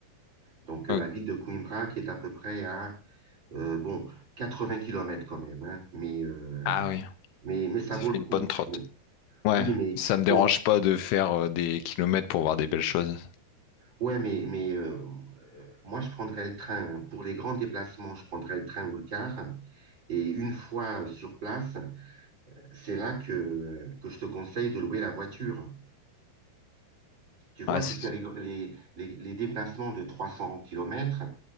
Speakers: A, on the right (about 30°); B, on the left (about 80°).
A: Donc, euh,
B: Ok.
A: la ville de Coimbra, qui est à peu près à Euh, bon, 80 kilomètres quand même, hein, mais, euh,
B: Ah oui,
A: mais, mais ça
B: ça
A: vaut
B: fait
A: le coup.
B: une bonne trotte.
A: Mais,
B: Ouais,
A: oui, mais
B: ça me
A: bon,
B: dérange pas de faire euh, des kilomètres pour voir des belles choses.
A: ouais, mais, mais euh, moi je prendrais le train. Pour les grands déplacements, je prendrais le train ou le car. Et une fois sur place, c'est là que, que je te conseille de louer la voiture. Tu vois,
B: Ouais,
A: tu
B: c'est-
A: fais les, les, les, les déplacements de 300 kilomètres.